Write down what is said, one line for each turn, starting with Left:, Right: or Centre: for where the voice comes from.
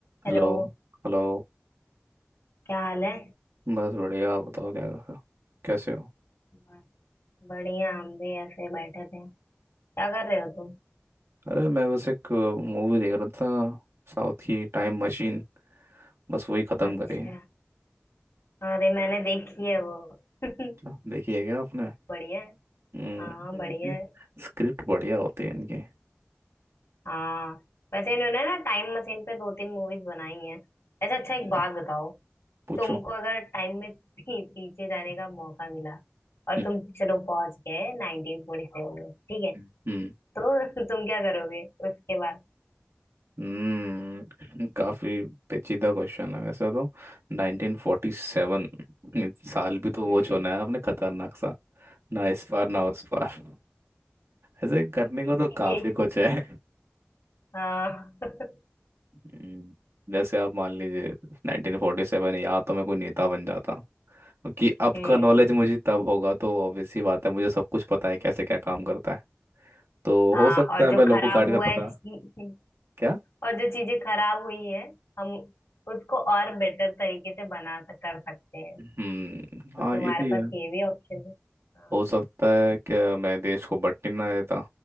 Right: Hello
Left: Hello
Right: Hello
Left: क्या हाल है
Right: बस बढ़िया आप बताओ क्या कैसे हो
Left: ब- बढ़िया हम भी ऐसे बैठे थे क्या कर रहे हो तुम
Right: अरे मैं बस एक मूवी देख रहा था साउथ की टाइम मशीन बस वही ख़त्म
Left: अच्छा
Right: करी है
Left: अरे मैंने देखी है वो <laughs>
Right: अच्छा, देखी है क्या आपने
Left: बढ़िया है
Right: हम्म
Left: हाँ बढ़िया है
Right: स्क्रिप्ट बढ़िया होती है इनकी
Left: हाँ वैसे इन्होंने ना टाइम मशीन पे दो तीन मूवीज बनाई हैं ऐसा अच्छा एक
Right: हम्म।
Left: बात बताओ
Right: पूछो
Left: तुमको अगर टाइम में पी, पीछे जाने का मौका मिला और
Right: हम्म
Left: तुम चलो पहुंच गए 1947 में ठीक है
Right: हम्म
Left: तो <laughs> तुम क्या करोगे उसके बाद
Right: हम्म, काफी पेचीदा क्वेश्चन है वैसे तो 1947 साल भी तो
Left: हम्म
Right: वो चुना है आपने खतरनाक सा ना इस पार ना उस पार ऐसे करने
Left: <laughs> ये
Right: को तो काफी कुछ है
Left: हाँ <laughs>
Right: हम्म, जैसे आप मान लीजिए 1947 या तो मैं कोई नेता बन जाता क्योंकि अब
Left: हम्म
Right: का नॉलेज मुझे तब होगा तो ऑब्वियस सी बात है मुझे सब कुछ पता है कैसे क्या काम करता है तो
Left: हाँ
Right: हो सकता
Left: और
Right: है
Left: जो
Right: मैं लोगों
Left: खराब
Right: गाइड
Left: हुआ
Right: का
Left: है
Right: पता
Left: <laughs>
Right: क्या
Left: और जो चीजें खराब हुई है हम उसको और बेटर तरीके से बना सक- कर सकते हैं
Right: हम्म
Left: तो
Right: हाँ
Left: तुम्हारे
Right: ये भी है
Left: पास ये भी ऑप्शन है हाँ
Right: हो सकता है कि मैं देश को बंटने ना देता